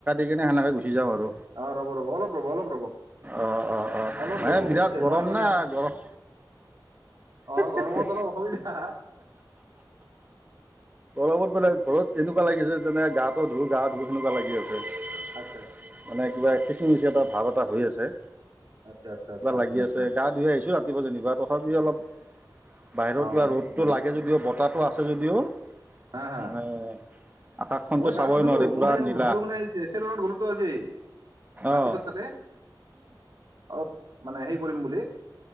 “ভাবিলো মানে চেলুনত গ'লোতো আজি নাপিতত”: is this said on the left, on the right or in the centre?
Right